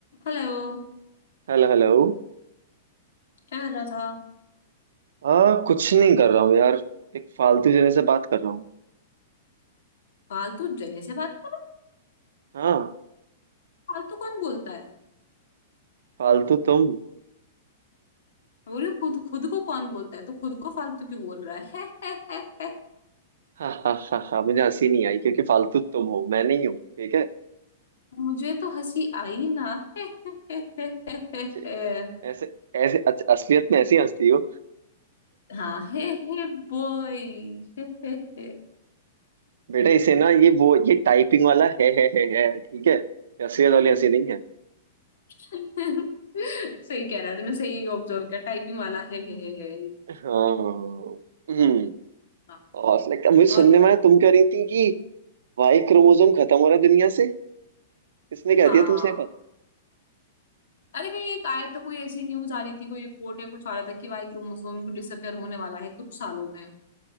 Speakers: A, on the left; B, on the right.
A: Hello
B: Hello hello
A: क्या कर रहा था
B: हाँ कुछ नहीं कर रहा हूँ यार एक फालतू जने से बात कर रहा हूँ
A: फालतू जने से बात कर
B: हाँ
A: फालतू कौन बोलता है
B: फालतू तुम
A: बोल रही हूँ, खुद खुद को कौन बोलता है तो खुद को फालतू क्यों बोल रहा है, <laughs> है, है, है।
B: हाँ हाँ हाँ हाँ मुझे हंसी नहीं आई क्योंकि फालतू तुम हो मैं नहीं हूँ ठीक है
A: मुझे तो हंसी आई ना <laughs> हे, हे, हे, हे, हे, हे,
B: जे-
A: हे।
B: ऐसे ऐसे अच- असलियत में ऐसी हंसती हो
A: हाँ हे हे बॉय <laughs> हे, हे, हे।
B: बेटा इसे ना ये वो ये टाइपिंग वाला है है है है ठीक है ये असलियत वाली हंसी नहीं है
A: <laughs> सही कह रहा है तूने सही ऑब्जर्व किया टाइपिंग वाला हे हे हे हे
B: हाँ हम्म
A: हाँ
B: और लाइक मुझे सुनने
A: और बता
B: में
A: क्या
B: आया
A: कर
B: तुम कह रही थी कि वाई क्रोमोसोम खत्म हो रहा है दुनिया से किसने
A: हाँ
B: कह दिया तुमसे ये बात
A: अरे कहीं एक आया तो कोई ऐसी न्यूज आ रही थी कोई रिपोर्ट है कुछ आ रहा था कि वाई क्रोमोसोम को डिसअपियर होने वाला है कुछ सालों में